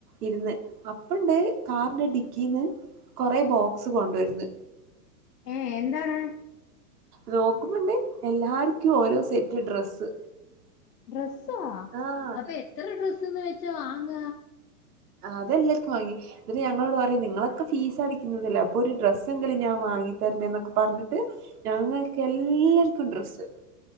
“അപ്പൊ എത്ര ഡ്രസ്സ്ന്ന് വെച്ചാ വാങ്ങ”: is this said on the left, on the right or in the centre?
Left